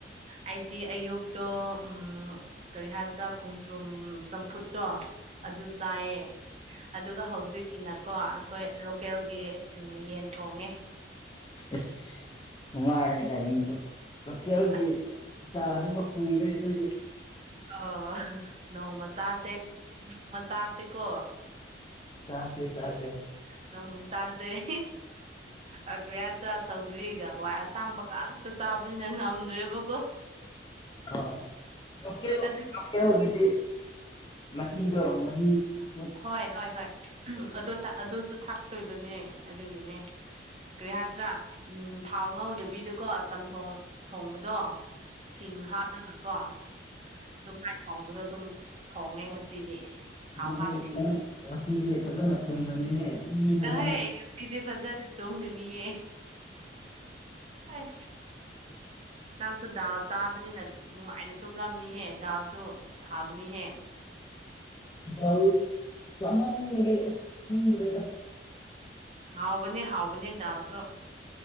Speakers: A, on the right; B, on the left.
A: ꯑꯩꯗꯤ ꯑꯌꯨꯛꯇꯣ ꯎꯝ ꯀꯔꯤ ꯍꯥꯏꯁꯤ꯭ꯔꯥ ꯈꯣꯡꯗ꯭ꯔꯨꯝ ꯆꯝꯐꯨꯠꯇꯣ ꯑꯗꯨ ꯆꯥꯏꯌꯦ꯫ ꯑꯗꯨꯒ ꯍꯧꯖꯤꯛꯀꯤꯅꯀꯣ ꯑꯩꯈꯣꯏ ꯂꯣꯀꯦꯜꯒꯤ ꯌꯦꯟ ꯊꯣꯡꯉꯦ꯫
B: ꯏꯁ ꯅꯨꯡꯉꯥꯏꯔꯦꯅꯦ ꯅꯪ ꯂꯣꯀꯦꯜꯒꯤ꯫
A: ꯑꯁ
B: ꯆꯥꯗꯕ ꯀꯨꯏꯔꯦ ꯑꯩꯈꯣꯏꯗꯤ ꯎꯁ꯫
A: ꯑꯣ ꯅꯣꯡꯃꯆꯥꯁꯦ <unintelligible> ꯅꯣꯡꯃꯆꯥꯁꯤꯀꯣ꯫
B: ꯆꯥꯁꯦ ꯆꯥꯁꯦ꯫
A: ꯅꯍꯣ ꯆꯥꯖꯦ--꯫ ꯑꯒ꯭ꯦꯌꯥꯆꯥ ꯁꯧꯒ꯭ꯔꯤꯒ ꯍꯋꯥꯏ ꯑꯁꯥꯡꯕ ꯉꯥꯛꯇ ꯆꯥꯕꯅꯤꯅ ꯉꯝꯗ꯭ꯔꯦꯕꯀꯣ꯫
B: ꯑ <unintelligible>
A: ꯑꯗꯨꯒꯤ
B: ꯂꯣꯀꯦꯜꯒꯤꯗꯤ ꯃꯍꯤꯗꯣ ꯃꯍꯤ ꯊꯛ
A: ꯍꯣꯏ ꯍꯣꯏ ꯍꯣꯏ ꯎ ꯑꯗꯨ ꯑꯗꯨꯁꯨ ꯊꯥꯛꯇꯣꯏꯕꯅꯦ ꯑꯗꯨꯒꯤꯅꯦ ꯀꯔꯤ ꯍꯥꯏꯁꯔꯥ ꯎꯝ ꯊꯥꯎ ꯉꯧꯗꯕꯤꯗꯀꯣ ꯆꯝꯊꯣꯡ ꯊꯣꯡꯕꯗꯣ ꯁꯤꯡ ꯍꯥꯞꯔꯒꯀꯣ ꯑꯗꯨꯝ꯫ ꯂꯥꯏ ꯊꯣꯡꯕꯗꯣ ꯑꯗꯨꯝ ꯊꯣꯡꯉꯦ ꯉꯁꯤꯗꯤ꯫ ꯊꯥꯎ
B: ꯅꯪꯗꯤ
A: ꯍꯥꯞꯇꯦ
B: ꯎ ꯉꯁꯤꯗꯤ ꯐꯖꯅ ꯇꯨꯝꯕꯅꯤꯅꯦ꯫ ꯏ ꯐꯖꯅ
A: ꯑꯍꯩ ꯉ ꯁꯤꯗꯤ ꯐꯖꯅ ꯇꯝꯒꯅꯤꯌꯦ ꯑꯩ ꯅꯪꯁꯨ ꯗꯥꯜ ꯆꯥꯕꯅꯤꯅ ꯅꯨꯡꯉꯥꯏꯅ ꯇꯨꯝꯂꯝꯅꯤꯍꯦ ꯗꯥꯜꯁꯨ ꯊꯥꯕꯅꯤꯍꯦ
B: ꯕ꯭ꯂ ꯆꯃꯥꯟꯒꯤ ꯑꯁ ꯈꯪꯗꯦꯗ
A: ꯍꯥꯎꯕꯅꯦ ꯍꯥꯎꯕꯅꯦ ꯗꯥꯜꯁꯨ